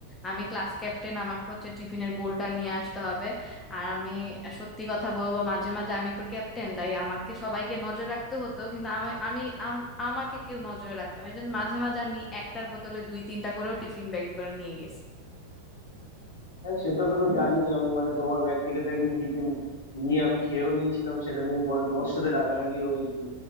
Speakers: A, on the left; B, on the left.
A: আমি ক্লাস ক্যাপ্টেন আমাকে হচ্ছে টিফিনের বোলটা নিয়ে আসতে হবে আর আমি সত্যি কথা বলবো মাঝে মাঝে আমি তো ক্যাপ্টেন তাই আমাকে সবাইকে নজর রাখতে হতো কিন্তু আমি আমি আম- আমাকে কেউ নজরে রাখতো না এই জন্য মাঝে মাঝে আমি একটার বদলে দুই তিনটা করেও টিফিন ব্যাগে করে নিয়ে গেছি
B: হ্যাঁ সেটাটা তো জানি আমি মানে তোমার ব্যাগ থেকে তো একদিন টিফিন নিয়ে আমি খেয়েও নিয়েছিলাম সেটা নিয়ে পরে তোমার সাথে রাগারাগিও হয়েছিল